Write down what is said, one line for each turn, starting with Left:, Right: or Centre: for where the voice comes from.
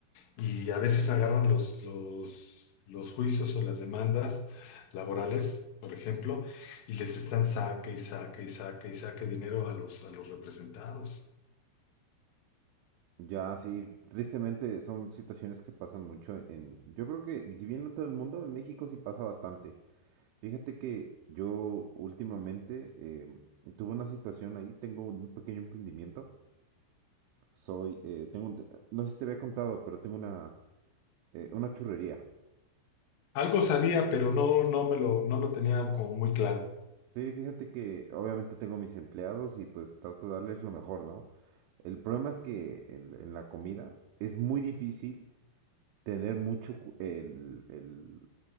Left: y a veces agarran los, los, los juicios o las demandas laborales, por ejemplo, y les están saque y saque y saque y saque dinero a los, a los representados.
Right: Ya, sí, tristemente son situaciones que pasan mucho en... Yo creo que si bien no en todo el mundo, en México sí pasa bastante. Fíjate que yo últimamente eh, tuve una situación ahí, tengo un pequeño emprendimiento, soy, eh, tengo, un- no sé si te había contado, pero tengo una, eh, una churrería.
Left: Algo sabía, pero no, no me lo, no lo tenía como muy claro.
Right: Sí, fíjate que obviamente tengo mis empleados y pues trato de darles lo mejor, ¿no? El problema es que en, en la comida es muy difícil tener mucho cu- el, el-